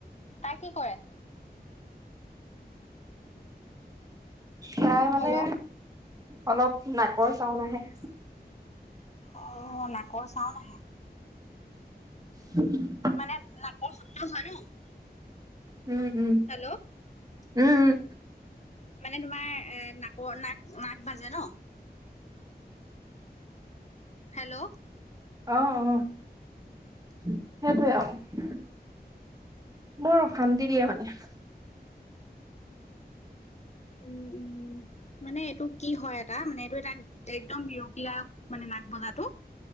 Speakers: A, on the left; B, on the right.
A: তাই কি কৰে?
B: তাই মানে
A: হেল্ল'
B: অলপ নাকৰ চাউন আহে।
A: অ', নাকৰ চাউন আহে।
B: <inaudible>
A: মানে নাকৰ শব্দ হয় ন।
B: উম, উম।
A: হেল্ল'।
B: উম, উম।
A: মানে তোমাৰ এ নাকৰ নাক নাক বাজে ন। হেল্ল'।
B: অ', অ', সেইটোৱে আৰু। বৰ অশান্তি দিয়ে মানে।
A: উম, উম মানে এইটো কি হয় এটা মানে এইটো এটা একদম বিৰতি দায়ক মানে নাক বজাতটো।